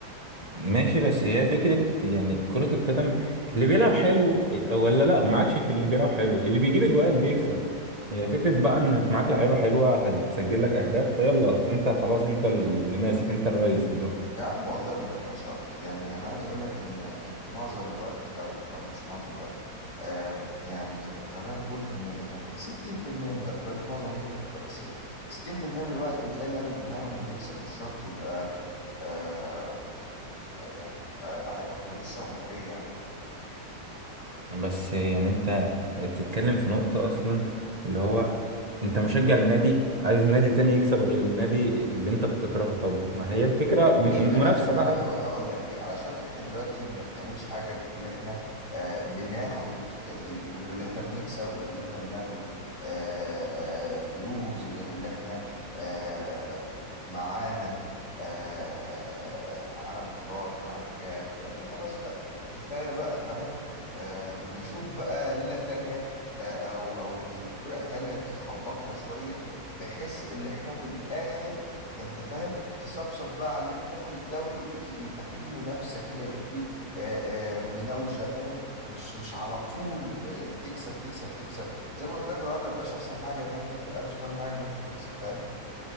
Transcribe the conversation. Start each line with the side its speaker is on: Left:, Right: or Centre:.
Right: ماشي بس هي فكره يعني كره القدم اللي بيلعب حلو إيه، ولا لا ما عادش في اللي بيلعب حلو اللي بيجيب اجوال اللي بيكسب هي فكره بقى انك معاك لعيبه حلوه هتسجل لك اهداف فيلا انت خلاص انت اللي ماسك انت الرئيس دلوقتي
Left: يا عم والله ما ما شرط يعني انا عايز اقول لك ان ان معظم الوقت او كم مش معظم الوقت آم، يعني خلينا نقول كم يعني 60% من الوقت مش معظم دي ممكن تبقى 90 60% من الوقت بتلاقي اللعب الجماعي هو اللي بيكسب مش شرط يبقى آه، يعني يبقى لعيبه كويسه ومهاريه
Right: بس يعني انت تتكلم في نقطه اصلا اللي هو انت مشجع للنادي عايز نادي تاني يكسب غير النادي اللي انت بتكرهه طب ما هي الفكرة م-
Left: ليه بقى؟
Right: منافسة
Left: ما
Right: بقى
Left: انا هقو- هقول لك ليه علشان احنا دلوقتي ما بنعملش حاجه غير اللي احنا آه بناخد آه، ال- غير اللي احنا بنكسب غير اللي احنا بناخد آه آه فلوس غير اللي احنا آه معانا آه آه معانا بطولات معانا حاجات يعني خلاص بقى كفايه بقى فاهم آه نشوف بقى ليله تانية آه او او نشوف فرق تانية تتخبطنا شويه بحيث اللي احنا في الاخر انت فاهم تصفصف بقى على اللي احنا ناخد الدوري يبقى فيه منافسه كده يبقى فيه آه، آه، مناوشه فاهم مش مش على طول آه، تكسب تكسب تكسب زي ما قلت لك الوضع ما بيبقاش احسن حاجه ما انت ما بتبقاش تعمل حاجه غير ان انت بتكسب فاهم